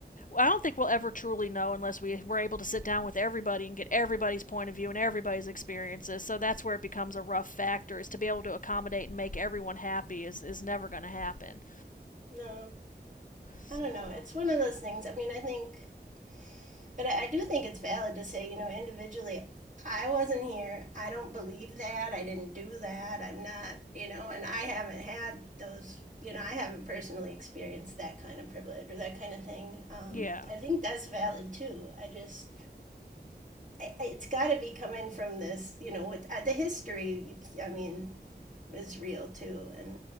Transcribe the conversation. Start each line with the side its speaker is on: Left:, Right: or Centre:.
Left: I don't think we'll ever truly know unless we were able to sit down with everybody and get everybody's point of view and everybody's experiences. So that's where it becomes a rough factor. Is to be able to accommodate and make everyone happy is is never gonna happen.
Right: no
Left: So
Right: i don't know it's one of those things i mean i think But I, I do think it's valid to say, you know, individually, I wasn't here. I don't believe that. I didn't do that. I'm not, you know, and I haven't had those, you know, I haven't personally experienced that kind of privilege or that kind of thing. Um,
Left: yeah,
Right: I think that's valid too. I just, I, it's got to be coming from this, you know, with uh, the history, you, I mean, is real too. And,